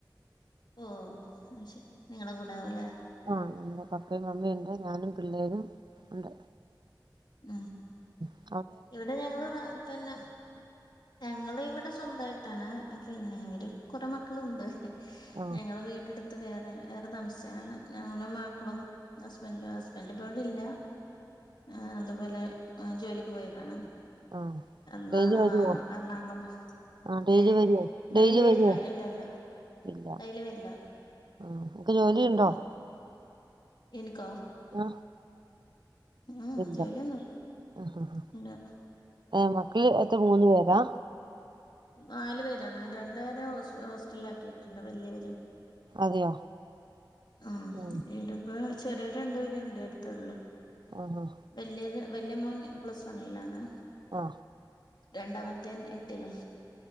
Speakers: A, on the left; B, on the right.
A: ഓ ശരി നിങ്ങളടെ കൂടെ ആവൂലേ
B: ആ നമ്മുടെ പപ്പയും അമ്മയുണ്ട് ഞാനും പിള്ളേും ഉണ്ട്
A: ഉം
B: ഉ
A: ഇവിടെ ഞങ്ങള്ൾ പിന്നെ ഞങ്ങള് ഇവിടെ സ്വന്തമായിട്ടാണ് പിന്നെ അവര് കുറെ മക്കളുണ്ട്
B: ആ
A: ഞങ്ങള് വീടെടുത്ത് അത്ത് വേറെ വേറെ തമസയാണ് ഞങ്ങളും മക്കളും ഹസ്ബൻറും ഹസ്ബൻഡ് പോലല്ല ആ അതുപോലെ ജോലിക്ക് പോയതാണ്
B: ആഹ
A: എറണാ
B: വെയില വരുവോ
A: എറണാകുളം ബ
B: ആ ഡെയിലി
A: ഏഹ
B: വരുവോ ഡെയിലി
A: ഡെലി വരില്ല
B: വരുവോ
A: ഇല്ല ഇല്ലാ
B: ഇല്ല
A: ഡൈല് വരില്ല
B: ആ നിനക്ക് ജോലിയുണ്ടോ
A: ആ എനിക്ക
B: ആ
A: ആഹ
B: ഇല്ല
A: ജോലിയൊന്നുമല്ല
B: ആഹ് ആഹ്
A: പിന്നെ
B: ഏ മക്കള് അത്ര മൂന്ന്ു പേരാ
A: നാലു പേരാണ് രണ്ടുപേരെസ് ഹോസ്റ്റല ആാക്കിയിട്ടുണ്ട് വലിയവരെ
B: അതെയോ
A: ആ
B: ഉം
A: ഇടെപ്പ ചെറിയ രണ്ടുപേര എണ്ട് അടുത്തേള്ളു
B: ആഹ്
A: വലിയത് വല്ലിയ മോൻ പ്ലസ് വണ്ിലാണ്
B: ആ
A: രണ്ടാമത്തേൻ എട്ടിലും